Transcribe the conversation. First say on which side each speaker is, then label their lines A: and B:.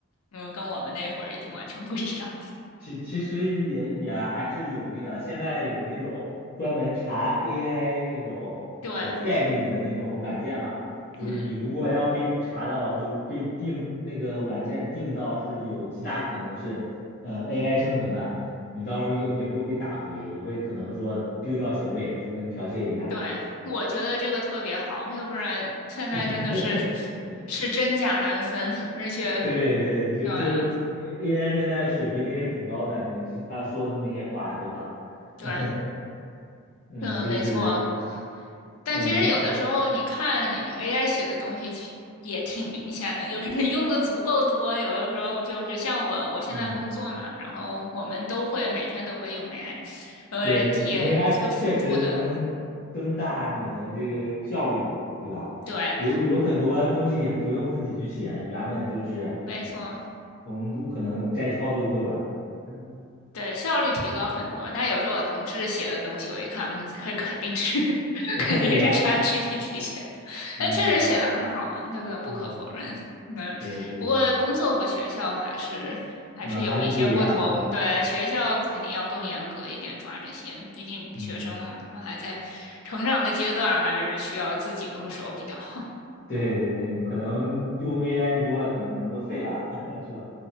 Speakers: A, on the left (about 85°); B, on the left (about 45°).
A: 嗯，跟我们那会儿已经完全不一样。
B: 其其实也也还是有那个，现在有那种专门查 AI 那种呃概率的那种软件嘛，
A: 对，
B: 就是你如果要被查到，
A: 嗯。
B: 就是被定那个软件定到是有极大可能是呃 AI 生成的，你到时候也也会被打回，也会可能说丢掉学位，就跟剽窃一样。
A: 对，我觉得这个特别好，要不然现在真的是
B: <laughs>
A: 是真假难分，而且
B: 对对，就就
A: 对啊
B: AI 现在水平也挺高的，你是他说的那些话，对吧？
A: 对，
B: <laughs> 嗯，
A: 嗯，
B: 就是。
A: 没错。但其实有的时候你看你
B: 嗯
A: AI 写的东西其也挺明显的，就是 <laughs> 用的足够多，有的时候就是像我我现在工作嘛，
B: 嗯，
A: 然后我们都会每天都会用 AI，呃，
B: 对，
A: 也就辅助的，
B: 因为它确实能增大你的这个效率嘛，对吧？
A: 对，
B: 有有很多东西也不用自己去写，原本就是
A: 没错。
B: 从可能摘抄就够了。嗯，
A: 对，效率提高很多。但有时候我同事写的东西，我一看，嗯，这肯定是 <laughs>
B: <laughs>
A: 肯定是
B: 对呀，
A: ChatGPT 写的，
B: 嗯
A: 但确实写的很好嘛，这个不可否认。
B: 嗯，
A: 嗯，
B: 对对，
A: 不过工作和学校还是还是有一些不同。
B: 嗯，还是不一样，对，
A: 对，学校肯定要更严格一点抓这些，毕竟学生嘛，
B: 嗯，
A: 他们还在成长的阶段，还是需要自己动手比较好。
B: 对对对，可能用 AI 用多了，可能人都废了，<laughs> 是吧？